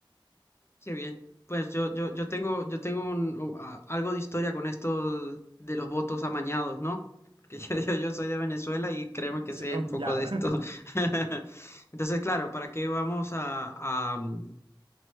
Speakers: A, on the left; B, on the right.
A: Qué bien. Pues yo, yo, yo tengo, yo tengo un- u- a- algo de historia con esto de los votos amañados, ¿no? Porque <laughs> yo, yo,
B: Sí.
A: yo soy de Venezuela y créeme que
B: Sí,
A: sé
B: oh,
A: un poco
B: ya,
A: de
B: <laughs>
A: esto. <laughs> Entonces, claro, ¿para qué vamos a, a, mm,